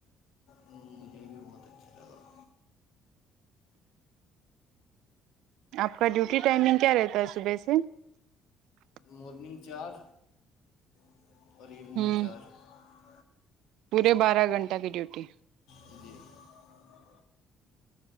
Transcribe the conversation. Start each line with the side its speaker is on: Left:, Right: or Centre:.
Left: مجھے بھی بہت اچھا لگا
Right: آپ کا ڈیوٹی ٹائمنگ کیا رہتا ہے صبح سے <unintelligible>
Left: مورنینگ چار <unintelligible> اور ایونگ
Right: ہوں
Left: چار <unintelligible>
Right: پورے بارہ گھنٹہ کی ڈیوٹی <unintelligible>
Left: ج جی <unintelligible>